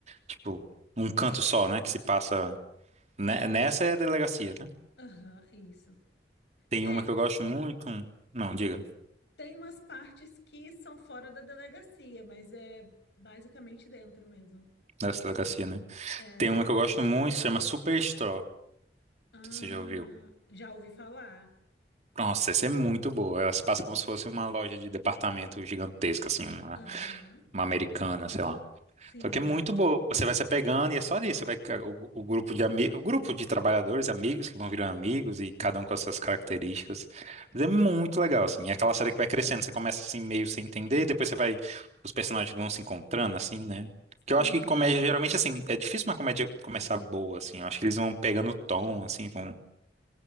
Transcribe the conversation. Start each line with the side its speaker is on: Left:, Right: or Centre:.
Right: tipo, um canto só, né? Que se passa. Ne- Nessa é a delegacia, né?
Left: aham, isso.
Right: Tem
Left: É,
Right: uma que eu gosto muito. Não, diga,
Left: tem umas partes que são fora da delegacia, mas é basicamente dentro mesmo.
Right: nessa delegacia, né?
Left: É.
Right: Tem uma que eu gosto muito, se chama Superstore. Não
Left: Ah,
Right: sei se você já ouviu?
Left: já ouvi falar.
Right: Nossa, essa é muito boa. Ela se passa como se fosse uma loja de departamento gigantesca, assim, uma,
Left: Aham.
Right: uma americana, sei lá.
Left: Sim.
Right: Só que é muito boa. Você vai se apegando e é só isso. Você vai, o, o grupo de ami, o grupo de trabalhadores, amigos que vão virando amigos e cada um com as suas características. Mas é muito legal, assim. É aquela série que vai crescendo. Você começa assim meio sem entender, depois você vai, os personagens vão se encontrando, assim, né?
Left: Sim.
Right: Que eu acho que comédia geralmente assim é difícil uma comédia começar boa, assim. Eu acho que eles vão pegando o tom, assim, vão